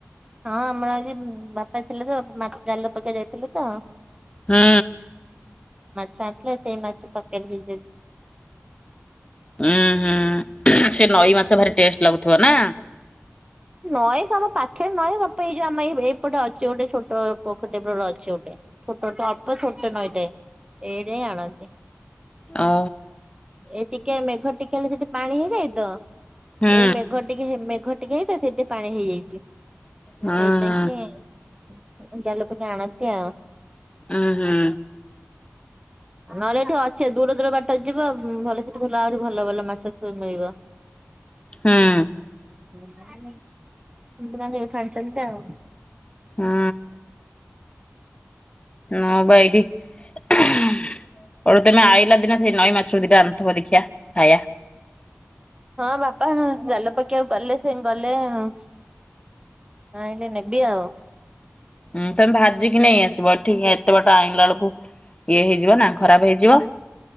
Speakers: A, on the right; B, on the left.
A: ହଁ ଆମର ଆଜି ବାପା ଥିଲେ ତ ମାଛ ଜାଲ ପଖେଇ ଯାଇଥିଲେ ତ
B: ହୁଁ।
A: ତାପରେ ସେଇ ମାଛେ ତରକାରୀ ହେଇଥିଲା।
B: ଉଁ ହୁଁ ସେ ନଈ ମାଛ ଭାରି ଟେଷ୍ଟ ଲାଗୁଥିବ ନା?
A: ନଇ ଆମ ପାଖରେ ନଇଁ ବାପା ଏଇ ଯଉ ଆମ ଏଇ ଏଇପଟେ ଅଛି ଗୋଟେ ଛୋଟ ପୋଖୀଟ ଅଛି ଗୋଟେ। ଛୋଟ ତ ଅଳ୍ପ ଛୋଟ ନଇଟେ। <unintelligible>
B: ଓ।
A: ଏ ଟିକେ ମେଘ ଟିକେ ହେଲେ ସେଠି ପାଣି ହେଇଯାଏ ତ,
B: ହୁଁ
A: ଏଇ ମେଘ ଟିକେ ଘୋଟି ଯାଏ ତ ସେଇଠି ପାଣି ହେଇଯାଇଚି।
B: ହୁଁ ହୁଁ।
A: ଜାଲ ପକେଇ ଆଣନ୍ତି ଆଉ।
B: ହଁ ହୁଁ।
A: ନହେଲେ ଏଠି ଅଛେ ଦୂର ଦୂର ବାଟ ଯି। ଭଲ ସେଠି ଭଲ ଆହୁରି ଭଲ ଭଲ ମାଛ ମିଳିବ।
B: ହଁ।
A: କୁନ୍ତୀ ନାନୀ ଏଇଠୁ ଆଣିଛନ୍ତି ଆଉ।
B: ହୁଁ। ମୁଁ ପା ଏଇଠି ଏ ତମେ ଆଇଲା ଦିନ ନଈ ମାଛ ଦି ଟା ଆଣିଥିବ ଦେଖିବା ଖାଇବା।
A: ହଁ ବାପା ଜାଲ ପକେଇବାକୁ ଗଲେ ସେ ଗଲେ। ହଁ ହେଇଲେ ନେବି ଆଉ।
B: ହୁଁ ତମେ ଭାଜିକି ନେଇ ଆସିବ, ଏଠିକ ଏତେ ବାଟ ଆଣିଲା ବେଳକୁ ଇଏ ହେଇଯିବ ନା ଖରାପ ହେଇଯିବ।